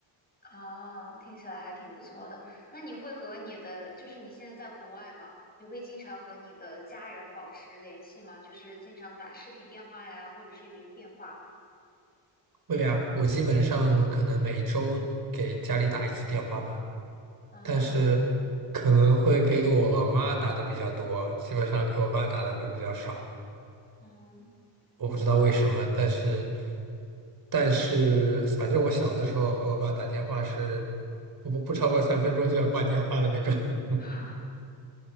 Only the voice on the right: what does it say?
对呀，我基本上可能每周给家里打一次电话吧。
但是可能会给我妈打的比较多，基本上给我爸打的会比较少。
我不知道为什么，
但是，但是反正我小的时候和我爸打电话是不不不超过三分钟就要挂电话的那种。<laughs>